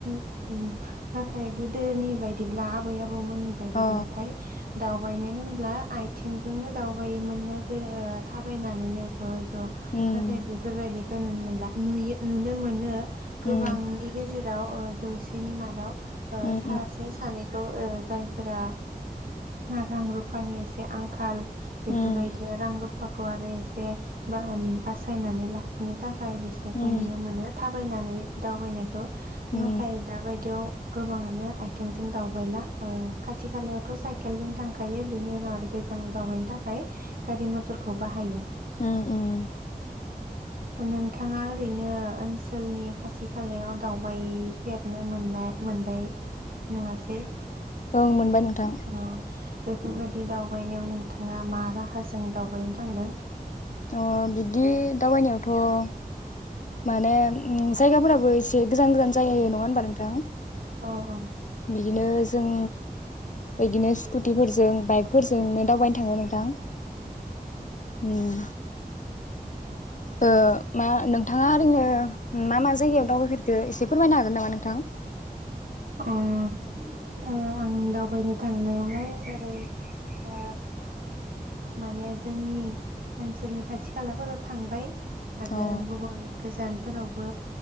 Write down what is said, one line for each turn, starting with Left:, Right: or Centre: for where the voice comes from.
Right: उम। नाथाय गोदोनि बायदिब्ला आबै आब बौमोननि बायदिब्लाथाय
Left: अ
Right: दावबायनाय होनब्ला आयथिंजोंनो दावबायोमोननो गोदो थाबायनानैनो ज' ज
Left: उम
Right: नाथाय बेफोरबायदि। नुनो मोनला नुयो नुनो मोनो। गोबांनि
Left: उम
Right: गेजेर याव ओ जौसेनि मादाव ओ
Left: उम उम
Right: सासे सानै ओ ओ जायफोरा रां रुफानि एसे आंखाल बेफोरबायदिया
Left: उम
Right: रां रुप फाखौ आरो एसे बा बासायनानै लाखिनो था खाय बिसोरखौ
Left: उम
Right: नुनो मोनो थाब फैनानै दावबायनाय खौ
Left: उम
Right: नाथाय दा बायदियाव गोबाङानो आयथेंजों दावबायला ओ खाथि खालायावथ' साइकेलजों थांखायो बिनि उनाव आरो गोजानाव दावबायनो थाखाय गारि मथरखौ बाहायो।
Left: उम
Right: उम नोंथाङा ओरैनो ओनसोलनि खाथि खालायाव दावबायफेरनो मोनना मोनबाय नङासै?
Left: औ मोनबाय नोंथां।
Right: औ बेफोरबायदि दावबायनायाव नोंथाङा मा राहाजों दावबायनो थांदों?
Left: अ' बिदि दावबायनायावथ' माने उम जायगाफोराबो एसे गोजान गोजान जायो नङा होमबा नोंथां?
Right: अ'
Left: बिदिनो जों बिदिनो
Right: उम
Left: स्कुटिफोरजों
Right: उम।
Left: बाइकफोरजोंनो दावबायनो थाङो नोंथां उम ओ मा नोंथाङा <unintelligible> मा मा जायगायाव दावबायफेरखो एसे फोरमायनो हागोन नामा नोंथां?
Right: अ' ओ आं दावबायनो थांनायालाय ओरै ओ माने जोंनि ओनसोलनि खाथि खालाफोराव थांबाय। आरो
Left: अ
Right: गुबुन गोजानफोरावबो